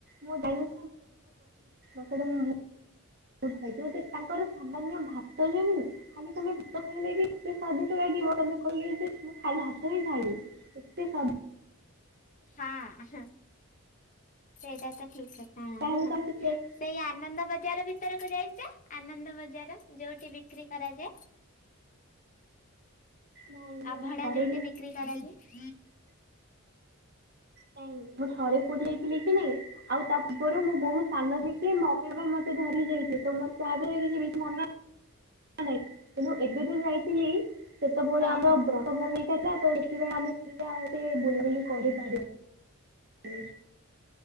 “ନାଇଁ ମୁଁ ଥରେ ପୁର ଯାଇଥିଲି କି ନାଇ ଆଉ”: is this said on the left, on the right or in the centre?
Right